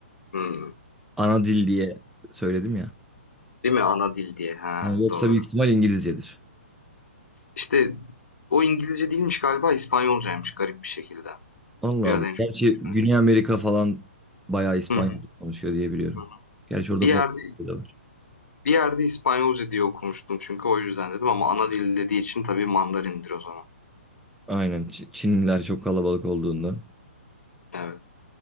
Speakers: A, on the left; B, in the centre.
A: Hı.
B: Ana dil diye söyledim ya.
A: Değil mi? Ana dil diye. Ha,
B: Ha, Yoksa
A: doğru.
B: büyük ihtimal İngilizcedir.
A: İşte o İngilizce değilmiş galiba İspanyolcaymış garip bir şekilde.
B: Allah
A: Ya
B: Allah.
A: da en çok
B: Gerçi
A: düşünüyorum.
B: Güney Amerika falan bayağı İspanyolca
A: Hı hı.
B: konuşuyor diye biliyorum.
A: Hı hı.
B: Gerçi orada
A: Bir yerde
B: Portekizce de var.
A: bir yerde İspanyolca diye okumuştum çünkü o yüzden dedim ama ana dil dediği için tabii Mandarindir o zaman.
B: Aynen. Ç- Çinliler çok kalabalık olduğundan.
A: Evet.